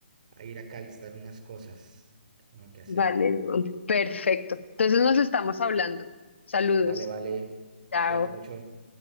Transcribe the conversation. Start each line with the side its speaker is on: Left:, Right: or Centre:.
Right: a ir acá a listar unas cosas que tengo que hacer.
Left: Vale, vale. perfecto. Entonces nos estamos hablando. Saludos.
Right: Vale, vale.
Left: Chao.
Right: Cuídate mucho.